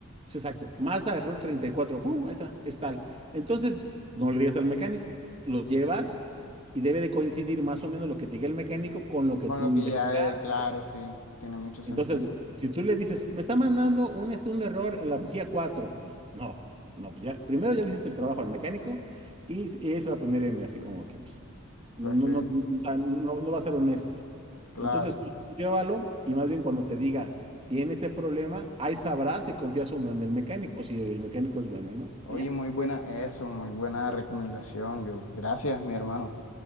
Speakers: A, on the right; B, on the left.
A: Sí, exacto. Mazda, error 34, boom, ahí está, es tal. Entonces, no le digas al mecánico, lo llevas y debe de coincidir más o menos lo que te diga el mecánico con lo que
B: con
A: tú
B: lo
A: investigas
B: que ya, es, claro, sí, tiene mucho sentido.
A: entonces, si tú le dices, me está mandando un, este, un error en la bujía 4, pues no, no, pues ya, primero ya le hiciste el trabajo al mecánico y, s- y él se va a poner en así como que pues, no,
B: Pues sí,
A: no, no, o sea, no- no va a ser honesto.
B: claro.
A: Entonces, tú tú llévalo y más bien cuando te diga, tiene este problema, ahí sabrás si confías o no en el mecánico o si el mecánico es bueno, ¿no?
B: Oye,
A: Y ya,
B: muy buena eso, muy buena recomendación, yo. Gracias, mi hermano.